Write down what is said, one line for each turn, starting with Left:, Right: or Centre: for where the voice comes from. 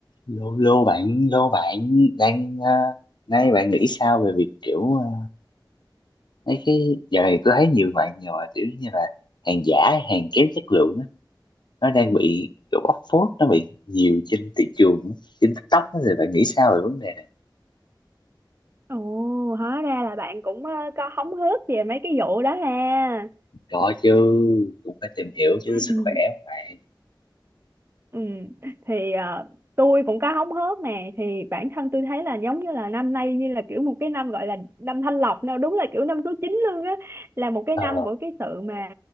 Left: lô lô bạn lô bạn đang ờ, nay bạn nghĩ sao về việc kiểu ờ, mấy cái giờ này tôi thấy nhiều bạn rồi kiểu như là hàng giả hàng kém chất lượng á nó đang bị kiểu bóc phốt nó bị nhiều trên thị trường á, trên TikTok á thì bạn nghĩ sao về vấn đề này
Right: Ồ, hóa ra là bạn cũng ờ, có hóng hớt về mấy cái vụ đó ha.
Left: có chứ cũng phải tìm hiểu chứ sức
Right: Ừ.
Left: khỏe mà bạn
Right: Ừ, thì à, tôi cũng có hóng hớt nè thì bản thân tôi thấy là giống như là năm nay như là kiểu một cái năm gọi là năm thanh lọc nào đúng là kiểu năm số 9 luôn á là một cái
Left: ờ
Right: năm của cái sự mà